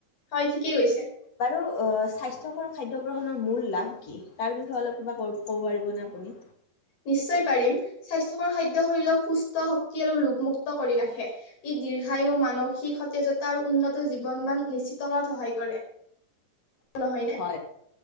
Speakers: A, on the left; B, on the left.
A: হয় ঠিকেই কৈছে।
B: বাৰু স্বাস্থ্যকৰ খাদ্য গ্ৰহণৰ মূল লাভ কি তাৰ বিষয়ে অলপ কিবা ক ক'ব পাৰিবনে আপুনি
A: নিশ্চয় পাৰিম স্বাস্থ খাদ্য শৰীৰক সুস্থ শক্তি আৰু ৰোগমুক্ত কৰি ৰাখে ই দীৰ্ঘায়ু মানসিক সতেজতা আৰু উন্নত জীৱন মন নিশ্চিত কৰাত সহায় কৰে নহয় নে
B: হয়